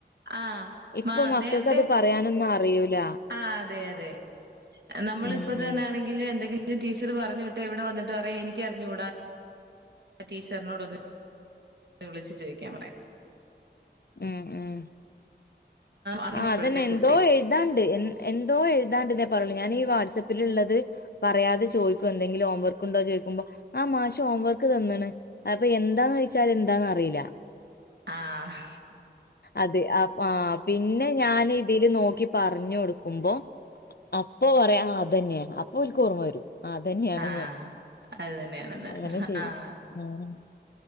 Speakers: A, on the right; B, on the left.
A: ആഹ്
B: ഇപ്പൊ
A: മ
B: മക്കക്കത്
A: നേരത്തെ
B: പറയാനൊന്നും അറിയൂല
A: ആഹ് അതെ അതെ നമ്മളിപ്പൊ
B: ഉം ഉം
A: തന്നെ ആണെങ്കിലും എന്തെങ്കിലും ടീച്ചറ് പറഞ്ഞു വിട്ടോ ട്ട ഇവിടെ വന്നിട്ട് പറയും എനിക്കറിഞ്ഞൂടാ ടീച്ചറിനോട് ഒന്ന ന്ന് വിളിച്ച് ചോദിക്കാൻ പറേ
B: ഉം ഉം
A: അങ്ങനെ
B: ആഹ്
A: ഇപ്പോഴത്തെ
B: അതെന്നെ എന്തോ
A: കുട്ടികൾ
B: എഴുതാണ്ട് എ എന്തോ എഴുതാണ്ട് എന്നേ പറഞ്ഞോളൂ ഞാൻ ഈ വാട്സ് ആപ്പിൽ ഉള്ളത് പറയാതെ ചോദിക്കോ എന്തെങ്കിലും ഹോംവർക്ക് ഉണ്ടോ ചോദിക്കുമ്പോ ആഹ് മാഷ് ഹോംവർക്ക് തന്നണ് അപ്പൊ എന്താന്ന് ചോച്ചാൽ എന്താന്ന് അറിയില്ല
A: ആഹ്
B: അതെ ആഹ് പിന്നെ ഞാൻ ഇതിൽ നോക്കി പറഞ്ഞ് കൊടുക്കുമ്പോ അപ്പൊ പറയാ അതെന്നെയാ അപ്പൊ ഒലരിക്ക ഓർമ്മ വരും ആഹ് അതന്നെയാണ്ന്ന്
A: ആഹ് അത് തന്നെയാണെന്ന്
B: അങ്ങനെ ചെയ്യും
A: ആഹ്
B: ഉം